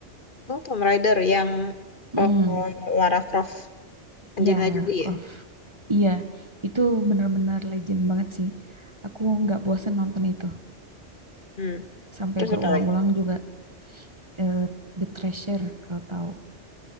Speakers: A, on the left; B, on the right.
A: Oh, Tomb Raider yang
B: Mm.
A: eh, Lara Croft, Angelina
B: Iya, Lara
A: Jolie
B: Croft.
A: ya.
B: Iya, itu benar-benar legend banget sih. Aku nggak bosen nonton itu.
A: Hmm.
B: Sampai
A: Terus
B: berulang-ulang
A: apa lagi?
B: juga eh, The Treasure, kalau tahu.